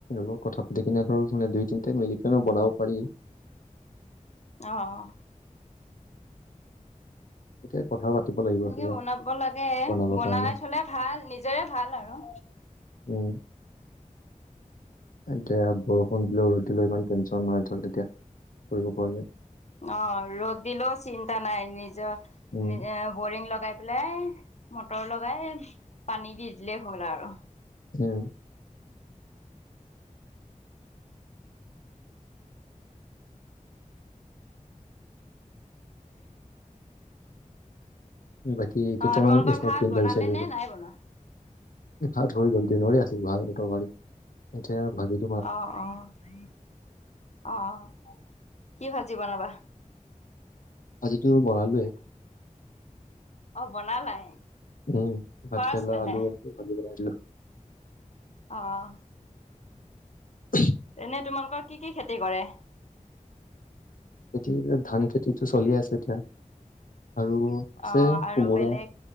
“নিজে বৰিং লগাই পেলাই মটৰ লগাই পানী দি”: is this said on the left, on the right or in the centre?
Left